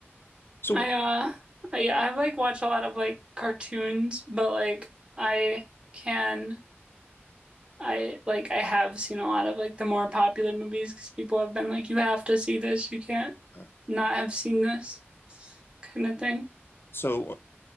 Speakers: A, on the left; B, on the right.
A: So,
B: I uh I I like watch a lot of like cartoons, but like I can I like I have seen a lot of like the more popular movies because people have been like you have to see this, you can't
A: uh,
B: not have seen this kind of thing.
A: so